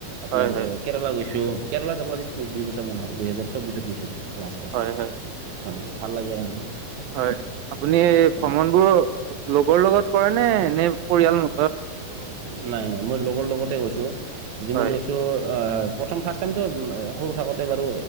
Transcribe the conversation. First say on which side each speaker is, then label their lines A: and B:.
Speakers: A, on the right; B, on the right.
A: আপোনাৰ
B: হয় হয়
A: এ কেৰেলা গৈছো। কেৰেলা যাব আজি দুই বছৰ মান হ'ল দুহেজাৰ চৌবিশত গৈছিলো। লাষ্ট টাইম
B: হয় হয়
A: হয় ভাল লাগে আৰু।
B: হয়, আপুনি
A: তেনেকুৱা
B: ভ্ৰমণ বোৰ লগৰ লগত কৰেনে নে পৰিয়ালৰ লগত। কৰে
A: নাই - নাই মই লগৰ লগতে গৈছো। যিমান
B: হয়
A: গৈছো প্ৰথম ফাৰ্ষ্ট টাইমতো সৰু থাকোতে বাৰু